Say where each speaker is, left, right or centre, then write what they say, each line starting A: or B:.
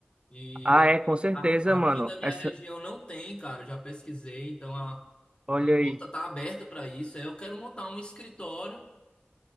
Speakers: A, on the left; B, on the right.
A: E
B: Ah,
A: aqui,
B: é, com certeza,
A: a- aqui
B: mano.
A: na minha
B: Essa,
A: região não tem, cara, eu já pesquisei, então a,
B: olha
A: a
B: aí.
A: porta está aberta para isso. Aí eu quero montar um escritório